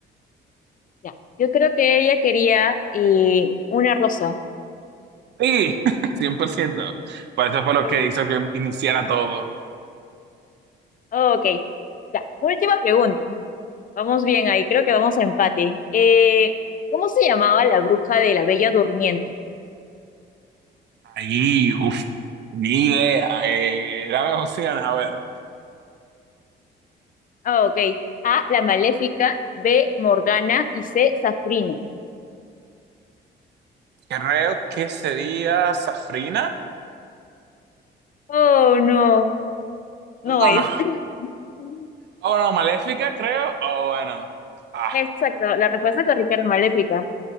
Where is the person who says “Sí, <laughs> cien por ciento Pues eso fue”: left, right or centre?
Right